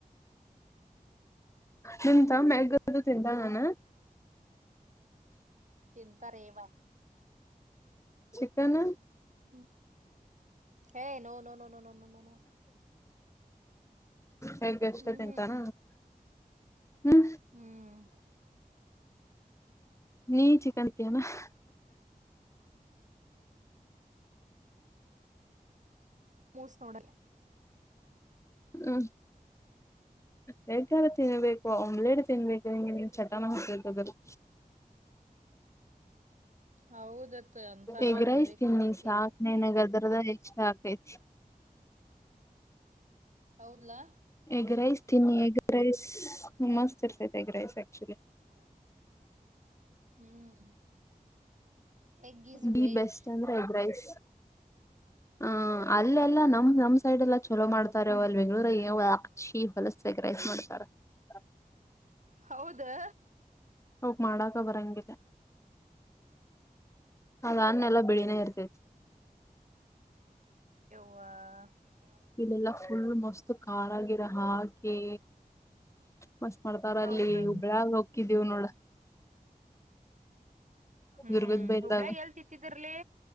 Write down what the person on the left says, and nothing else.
ನಿಂತ ಮಗ ತಿಂತ ಹಣ
ಚಿಕನ
ಹೇಗೆ ಅಷ್ಟ
ತಿಂತಾನ
ಹ್ಮ್
ನೀ ಚ ಕಾಣತಿಯಾನ <inaudible>
ಹ್ಮ್ ಬೇಗಾರ ತಿನ್ಬೇಕು ಆಮ್ಲೆಟ್ ತಿನ್ಬೇಕು ಹಿಂಗೆ ನೀನ್ ಚಟನ ಹಾಕ್ತದ <inaudible>
ಎಗ್
ರೈಸ್ ತಿನ್ನಿ
ಸಾಕ್
ನಿನಗ್
ಅದ್ರದ ಇಷ್ಟ ಆಕೈತಿ
ಎಗ್ ರೈಸ್ ತಿನ್ನಿ ಎಗ್ ರೈಸ್ ಮಸ್ತ್ ಇರ್ತ ಎಗ್ ರೈಸ್ ಆಕ್ಚುಲಿ
ಬಿ
ಬೆಸ್ಟ್ ಅಂದ್ರೆ ಐದ ರೈಸ್ ಹ ಅಲ್ಲೆಲ್ಲಾ ನಮ್ ನಮ್ ಸೈಡ್ ಎಲ್ಲಾ ಚಲೋ ಮಾಡ್ತಾರೆ ಅವ ಅಲ್ಲಿ ಬೆಂಗ್ಗಳೂರ ನೀವು ಅಕ್ಷಿ ಹೊಲಸಸಗ್ರೈಸ್ ಮಾಡಡ್ತಾರ <unintelligible>
ಅವೋಗ ಮಾಡಾಕ ಬರಂಗಿದೆ ಅದನ್ನೆಲ್ಲ ಬಿಳನೇ ಇ <inaudible>
ಇಲ್ಲೆಲ್ಲಾ ಫುಲ್ ಮಸ್ತ್ ಖಾರಾಗಿರ ಹಾಗೆ ಮಸ್ ಮಾಡ್ತಾರ
ಅಲ್ಲಿ ಹುಬ್ಬಳಾಗ ಹಕ್ಕಿದೀವ ನೋಡ
ದುರ್ಗತ್ ಬೈಂದಾಗ